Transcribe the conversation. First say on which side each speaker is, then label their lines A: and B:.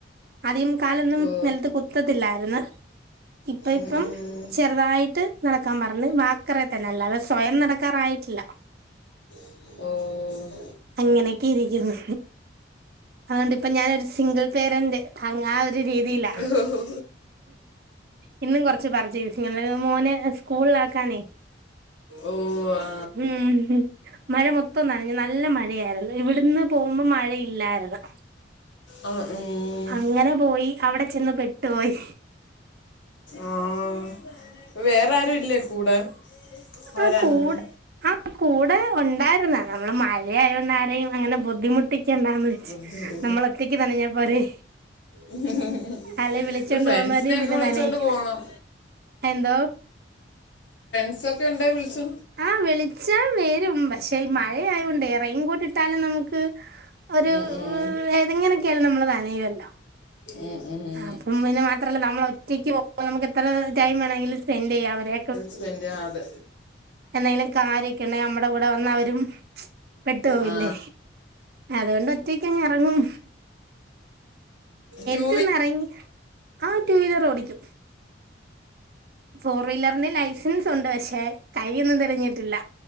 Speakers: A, on the right (about 55°); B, on the left (about 75°).
A: ആദ്യം കാലൊന്നും
B: ഓ
A: നെലത്ത് കുത്തത്തില്ലായിരുന്നു ഇപ്പ ഇപ്പം
B: ഉം ഉം.
A: ചെറുതായിട്ട് നടക്കാ പർഞ്ഞ് വാക്കറ തന്നെ അല്ലതെ സ്വയം നടക്കാറായിട്ടില്ല.
B: ഓഹ്
A: അങ്ങനൊക്കെ ഇരിക്കുന്നു അതോണ്ടിപ്പാ ഞാനൊരു സിംഗിൾ പേരന്റ് ആ ഒരു രീതില.
B: ഒ ഹോ ഹോ ഹോ.
A: ഇന്നും കൊറച്ച് പർച്ചേസ് മോനെ സ്കൂള് ആക്കാനേ.
B: ഓ ആ
A: ഉം മഴ മൊത്തം നനഞ്ഞ് നല്ല മഴ. യായിരുന്ന് പോകുമ്പോ മഴ ഇല്ലരുന്നു
B: ആ ഉം
A: അങ്ങനെ പോയി അവിടെ ചെന്ന് പെട്ടുപോയി.
B: ആഹ് വേറെ ആരു ഇല്ലേ കൂടെ? ആരാണെന്ന്
A: ആഹ് കൂടെ ആ കൂടെ ഒണ്ടായിര്ന്ന് നമ്മള് മഴയൊണ്ട് ആരെയും അങ്ങനെ ബുദ്ധിമു ട്ടിക്കണ്ടാന്ന് വെച്ച്
B: ബുദ്ധിമുട്ട്
A: നമ്മള ഒറ്റയ്ക്ക് നനഞ്ഞ പോരെ?
B: ല്ല
A: അല്ലെ വിളിച്ചോണ്ട്
B: ഫ്രണ്ട്സിനെ
A: പോകുന്നവരെയും പിന്നെ
B: ഒക്കെ വിളിച്ചോണ്ട്
A: നനയിക്കും
B: പോണം.
A: എന്തോ?
B: ഫ്രണ്ട്‌സ് ഒക്കെ വിളിചോ.
A: ആഹ വിളിച്ചൽ വെരും പക്ഷെ മഴയായൊണ്ടെ റെയിൻ കോട്ട് ഇട്ടാലും നമുക്ക് ഒരു
B: ഉം ഉം.
A: എതെങ്ങനെയൊക്കെയാലും നമ്മൾ നനയുമല്ലോ
B: ആഹ് ആഹ്
A: അപ്പം പിന്ന മാത്രമല്ല നമ്മൾ ഒറ്റക്ക് പോക നമുക്ക് എത്ര ടൈം വേണമങ്കിലും സ്പെൻഡ്‌ ചെയ്യാം അവരെ
B: സ്പെന്റ് ആഹ് അത്
A: എന്തെങ്കിലും കാര്യക്കെ ഉണ്ടെങ്കിൽ നമ്മുടെ കൂടെ വന്ന അവരും പെട്ടു പോവില്ലേ
B: ആ
A: അതുകൊണ്ട് ഒറ്റയ്ക്കങ്ങ്റങ്ങും
B: റ്റു
A: ക്ക് ഇറങ്ങി ആഹ് ടു വീലർ ഓടിക്കും ഫോർ വീലറിന്റെ ലൈസൻസ്ണ്ട് പക്ഷെ കൈയോന്നും തെളിഞ്ഞിട്ടില്ല